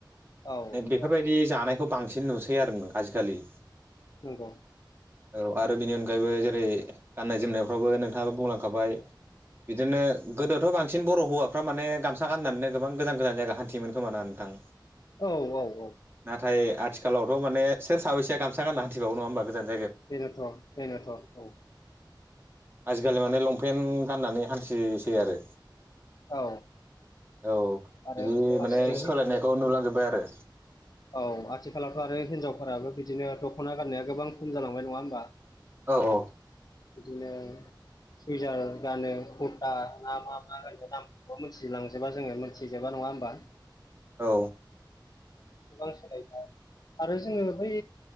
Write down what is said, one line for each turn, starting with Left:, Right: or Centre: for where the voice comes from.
Left: औ
Right: बेफोरबायदि
Left: औ
Right: जानायखौ बांसिन नुसै आरो आजिखालि
Left: नोंग
Right: औ आरो बिनि अनगायैबो जेरै गाननाय जोमनायफ्रावबो नोंथाङाबो बुंलांखाबाय बिदिनो गोदोथ' बांसिन बर' हौवाफ्रा माने गामसा गाननानै गोबां गोजान गोजान जायगा हान्थियोमोन खोमोना नोंथां
Left: औ औ औ
Right: नाथाय आथिखालावथ' माने सोर साबैया गामसा गानना हान्थिबावौ नाङा होनबा गो जान
Left: बेनोथ बेनोथ औ
Right: आजिखालि माने लंपेन्ट गाननानै हान्थिसै आरो।
Left: औ
Right: औ बिदि
Left: आरो फारसेथिं
Right: माने सोलायनायखौ नुलांजोबबाय आरो
Left: औ आथिखालावथ' आरो हिनजावफोराबो बिदिनो दख'ना गाननाया गोबां खम जालांबाय नङा होमबा
Right: औ औ
Left: बिदिनो सुइजार गानो कुरथा ना मा मा होनो नामखौबो मिथिलांजोबा जोङो मोनथिजोबा ना नङा होमबा
Right: औ
Left: गोबांसोलायनाय आरो जोङो बै